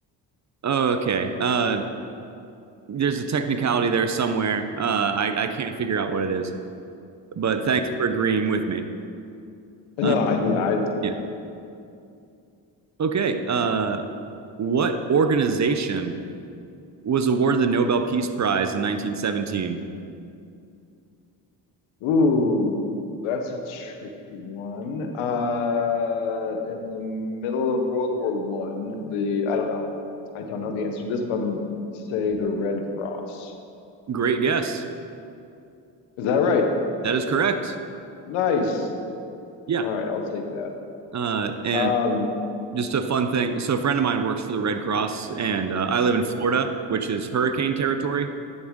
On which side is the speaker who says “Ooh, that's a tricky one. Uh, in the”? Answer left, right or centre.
Left